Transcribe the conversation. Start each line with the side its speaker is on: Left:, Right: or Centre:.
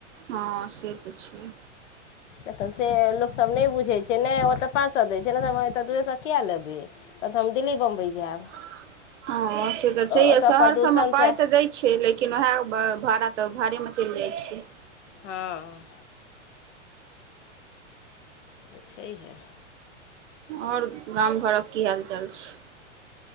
Right: हँ से तऽ छै
Left: <inaudible> स लोक सब नहि बुझैछ से नहि, ओतऽ पाँच सौ दै छै ने, तऽ हम एतऽ दुइए सौ कऽ किया लेबै? तह तऽ हम दिल्ली-बम्बई जैब
Right: <inaudible> हँ, से तऽ छै,
Left: ओतऽ
Right: शहर
Left: प्रदूषणसँ
Right: सभमे पाइ तऽ दैए छै, लेकिन ओएह भाड़ा तऽ भाड़ेमे चैल जाइ छै।
Left: हँ तऽ छैहे
Right: और गाम घर क की हाल चाल छै